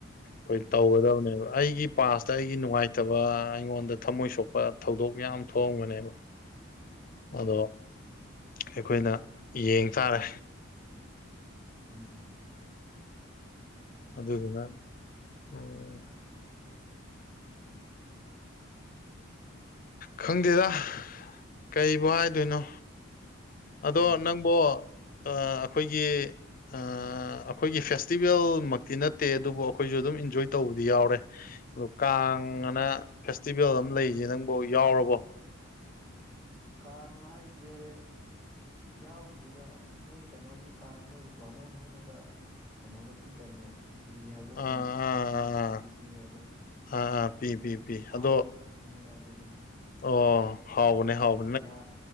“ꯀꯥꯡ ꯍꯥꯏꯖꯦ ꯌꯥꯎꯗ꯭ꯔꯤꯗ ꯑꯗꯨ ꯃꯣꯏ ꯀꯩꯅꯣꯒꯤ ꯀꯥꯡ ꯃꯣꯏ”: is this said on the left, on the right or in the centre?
Right